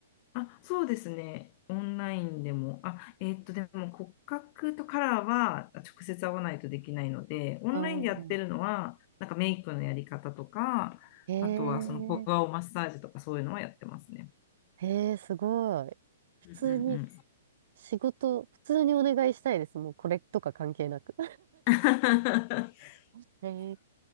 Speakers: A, on the left; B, on the right.
A: あ、そうですね。オンラインでも。あ、えーっと、でも骨格とカラーは直接合わないとできないので、オンラインでやってるのは、
B: ああー。
A: なんかメイクのやり方とか、
B: へえ、
A: あとはその小顔マッサージとかそういうのはやってますね。
B: へえ、すごい。普通に、
A: うんうんうん。
B: 仕事、普通にお願いしたいです。もうこれとか関係なく。
A: <laughs>
B: <laughs> へえ、